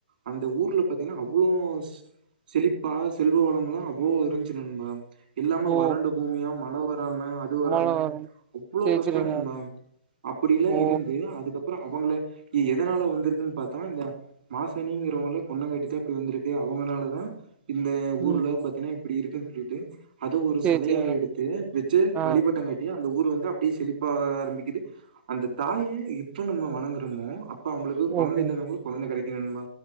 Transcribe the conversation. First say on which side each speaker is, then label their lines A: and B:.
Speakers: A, on the right; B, on the right.
A: அந்த ஊர்ல பாத்தீங்ன்னா அவ்ளோ செ செழிப்பா செல்வ வளம் ல்லா அவ்ளோ இருஞ்சு நண்பா இல்லாம
B: ஓ
A: வறண்டு பூமியா மழ வ ராம அது வராம
B: மழ வரும்
A: வ்ளோ
B: சேரி
A: கஷ்ட
B: சேரிங்க
A: ண்பா அப்படிலா
B: ஓ
A: இருந்து அதுக்க ப்றோ அவங்கள எ எதனால வந்துருக்குன் பாத்தா இந்த மாசணிங்கிறவங்கள கொன்னங்காட்டிதா இப்டி வந்துருக்கு அவங்கனாலதா இந்த ஊர்ல
B: ம்
A: பாத்தீன்னா இ ப்பிடி இருக்குன் சொல்லிட்டு அது ஒரு
B: சேரி
A: செலையா
B: சேரிங்க
A: எடுத்து வெச்சு
B: ஆ
A: வலிபட்டங்காட்டியா ந்த ஊரு வந்து அ ப்டே செலிப்பாக ஆரம்பிக்கிது அந்த தாய் ழ் எப்ப நம்மோ வணங்குறமோ அப் பவங்களுக்கு கொலந்த
B: ஓகே
A: இல்லாதவங்குளு கொலந்த கடைக் கே நண்பா